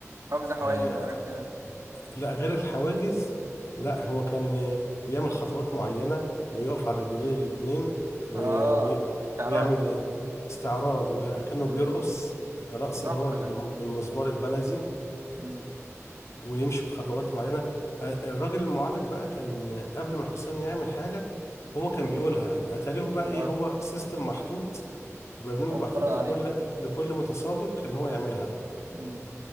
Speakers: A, on the right; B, on the left.
A: قفز حواجز
B: آه،
A: وحاجات كده
B: لا غير الحواجز لا هو كان بيعمل خطوات معينة ويقف على رجليه الاتنين و-
A: اه
B: وي-
A: استعراض
B: ويعمل استعراض وكأنه
A: مم.
B: بيرقص الرقص
A: تحفة
B: اللي هو بالم-
A: ده
B: بالمزمار البلدي
A: مم.
B: ويمشي بخطوات معينة الراجل المعلق بقى كان قبل ما الحصان يعمل حاجة هو كان
A: مم.
B: بيقولها أتاريهم بقى إيه
A: اه
B: هو سيستم محطوط برنامج
A: هو
B: محطوط
A: متمرن عليه
B: لكل لكل متسابق إن هو يعملها
A: مم.